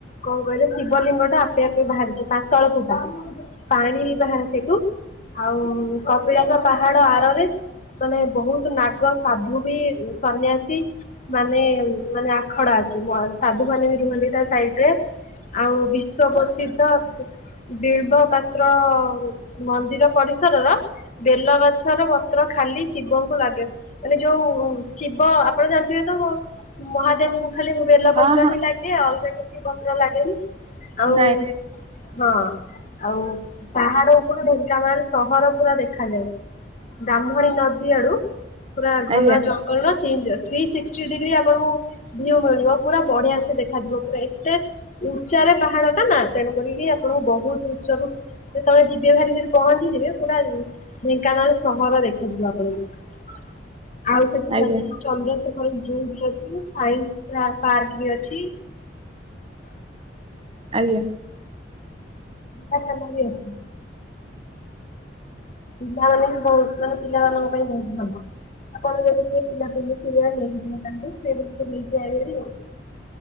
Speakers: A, on the left (about 45°); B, on the right (about 30°).
A: କଣ କହିଲେ ଶିବଲିଙ୍ଗଟା ଆପେ ଆପେ ବାହାରିଛି ପା ତଳ ଫୁଟା ପାଣି ବାହାରେ ସେଠୁ ଆଉ କପିଳାସ ପାହାଡ ଆରରେ। ମାନେ ବହୁତ ନାଗ ସାଧୁ ବି ସନ୍ନ୍ୟାସୀ। ମାନେ ମାନେ ଆଖଡା ଅଛି ବର ସାଧୁମାନେ ବି ରୁହନ୍ତି ତା ସାଇଟରେ। ଆଉ ବିଶ୍ଵ ପ୍ରସିଦ୍ଧ ବ। ବିଳବ ପାତ୍ର ମନ୍ଦିର ପରିସରର ବେଲଗଛର ପ ତ୍ର ଖାଲି ଶିବଙ୍କୁ ଲାଗେ ମାନେ ଯୋଉ। ଶିବ ଆପଣ ଜାଣିଥିବେ ତ ବ ମହାଦେବଙ୍କୁ ଖାଲି ବେ-ବେଲପତ୍ର
B: ହଁ ହଁ
A: ହିଁ ଲାଗେ ଅଲଗା କି କିଛି ପତ୍ର ଲାଗେନି ଆଉ।
B: ନାଇଁ
A: ହଁ ଆଉ ପାହାଡ ଉପରୁ ଢେଙ୍କାନାଳ ସହର ପୁରା ଦେଖାଯାଏ। ବ୍ରାହ୍ମଣୀ ନଦୀ ଆଡୁ ପୁରା ଘନ
B: ଆଜ୍ଞା
A: ଜଙ୍ଗଲର। ସେମିତି ଆ ଥ୍ରୀ ଶିକ୍ଟୀ ଡିଗ୍ରୀ ଆପଣଙ୍କୁ ଭିଉ ମିଳିବ ପୁରା ବଢିଆ ସେ ଦେଖାଯିବ ପୁରା ଏତେ। ଉଚ୍ଚାରେ ପାହାଡଟା ନା ତେଣୁ କରିକି ଆପଣଙ୍କୁ ବହୁତ ଉଚ୍ଚରୁ। ଯେତେବେଳେ ଯିବେ ଭେରି ସେଠି ପହଞ୍ଚିଯିବେ ପୁରା ଢେଙ୍କାନାଳ। ସହର ଦେଖାଯିବ ଆପଣଙ୍କୁ ଆଉ ସେଠି
B: ଆଜ୍ଞା
A: ଅଛି ଚନ୍ଦ୍ରଶେ ଖର ଜୁ ବି ଅଛି ସାଇନ୍ସ ପାର୍କ ବି ଅଛି।
B: ଆଜ୍ଞା।
A: ସୁନା ଖାଲ ବି ଅଛି। ପିଲାମାନେ ବି ବହୁତ ମାନେ ପିଲାମାନଙ୍କ ପାଇଁ ବହୁତ ଭଲ। ଆପଣ ଯଦି କିଏ ପିଲା ପିଲି ଥିବେ ନେଇକି ଯିବେ ତାଙ୍କୁ ସେଇ ରିସ୍କ ରେ ନେଇକି ଆଣିବେ ଆଉ।